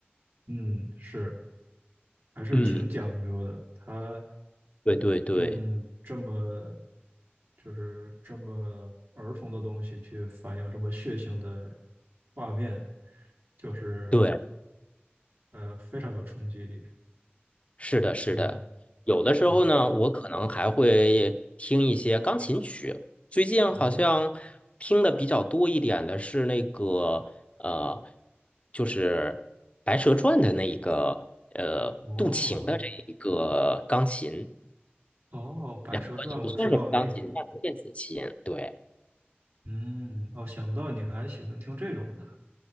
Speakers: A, on the right; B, on the left.
A: 嗯，是还是挺讲究的。
B: 嗯，
A: 他
B: 对对对
A: 用这么就是这么儿童的东西去反映这么血腥的画面，就是
B: 对。
A: 呃非常有冲击力。
B: 是的，是的，
A: 嗯，
B: 有的时候呢，
A: 我
B: 我可能还会听一些钢琴曲。最近好像听的比较多一点的是那个呃，
A: 哦
B: 就是《白蛇传》的那一个呃渡情的这一个钢琴，
A: 哦。哦，《白蛇传》我知道那个，
B: 然后也不算是钢琴，但是电子琴，对。
A: 嗯，哦，想不到你还喜欢听这种的，